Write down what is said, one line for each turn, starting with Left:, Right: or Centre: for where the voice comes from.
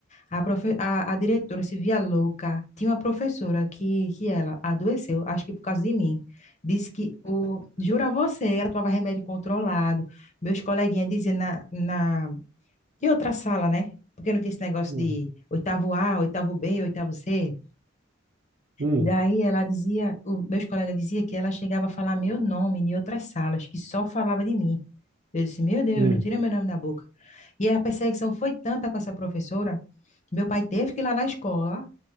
Left: A, profe- a, a diretora se via louca. Tinha uma professora que, que ela adoeceu, acho que por causa de mim. Disse que, o, jura você, ela tomava remédio controlado. Meus coleguinhas diziam na, na... E outra sala, né? Porque não tinha esse negócio
Right: Hum,
Left: de oitavo A, oitavo B, oitavo C.
Right: hum,
Left: E daí ela dizia, o, meus colegas diziam que ela chegava a falar meu nome em outras salas, que só falava de mim. Eu disse, meu Deus,
Right: hum,
Left: não tira meu nome da boca. E a perseguição foi tanta com essa professora, que meu pai teve que ir lá na escola